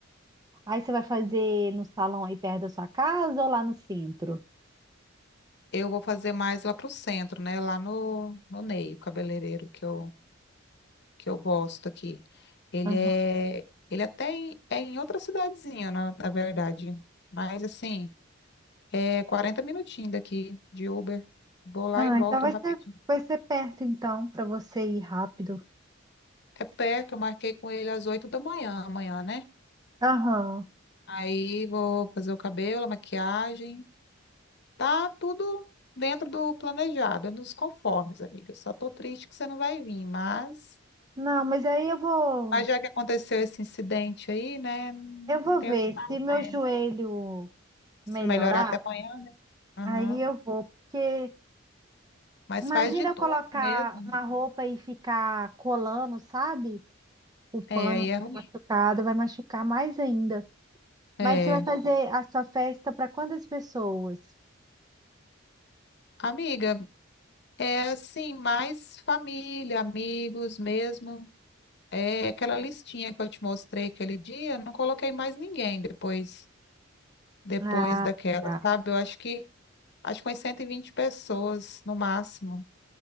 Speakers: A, on the right; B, on the left.
A: Aí você vai fazer no salão aí perto da sua casa ou lá no centro?
B: Eu vou fazer mais lá pro centro, né? Lá no, no Ney, o cabeleireiro que eu, que eu gosto aqui. Ele
A: Aham.
B: é, ele até em- é em outra cidadezinha, na, na verdade. Mas assim, é 40 minutinhos daqui de Uber. Vou lá
A: Ah,
B: e volto
A: então vai
B: rapidinho.
A: ser, vai ser perto então para você ir rápido.
B: É perto, eu marquei com ele às 8 da manhã, amanhã, né?
A: Aham.
B: Aí vou fazer o cabelo, a maquiagem. Tá tudo dentro do planejado, é nos conformes, amiga. Só tô triste que você não vai vir, mas,
A: Não, mas aí eu vou,
B: mas já que aconteceu esse incidente aí, né? não
A: eu vou
B: Tem
A: ver
B: o que fazer.
A: se meu joelho melhorar,
B: Se melhorar até amanhã, né? Aham.
A: aí eu vou, porque
B: Mas
A: imagina
B: faz de tudo
A: eu colocar
B: mesmo.
A: uma roupa e ficar colando, sabe? O pano
B: É, aí é ruim.
A: machucado vai machucar mais ainda.
B: É.
A: Mas você vai fazer a sua festa para quantas pessoas?
B: Amiga, é assim, mais família, amigos mesmo. É aquela listinha que eu te mostrei aquele dia, não coloquei mais ninguém depois depois
A: Ah,
B: daquela,
A: tá.
B: sabe? Eu acho que acho que umas 120 pessoas no máximo.